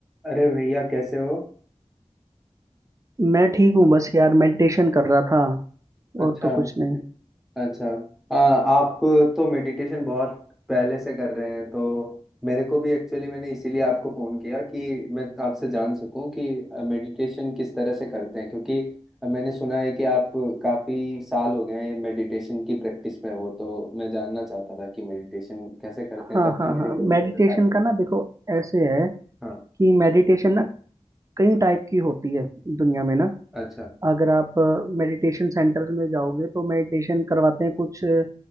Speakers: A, in the centre; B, on the right (about 30°).
A: अरे भैया कैसे हो
B: मैं ठीक हूँ बस यार मेडिटेशन कर रहा था
A: अच्छा
B: और तो कुछ नहीं
A: अच्छा आ, आप तो मेडिटेशन बहुत पहले से कर रहे हैं तो मेरे को भी एक्चुअली मैंने इसीलिए आपको फ़ोन किया कि मैं आपसे जान सकूं कि मेडिटेशन किस तरह से करते हैं क्योंकि मैंने सुना है कि आप काफ़ी साल हो गए हैं मेडिटेशन की प्रैक्टिस में हो तो मैं जानना चाहता था कि मेडिटेशन कैसे करते हैं
B: हाँ
A: ताकि
B: हाँ
A: मेरे
B: हाँ
A: को भी
B: मेडिटेशन
A: बहुत फायदा हो।
B: का ना देखो ऐसे है
A: हाँ
B: कि मेडिटेशन ना कई टाइप की होती है दुनिया में ना
A: अच्छा
B: अगर आप मेडिटेशन सेंटर्स में जाओगे तो मेडिटेशन करवाते हैं कुछ अ,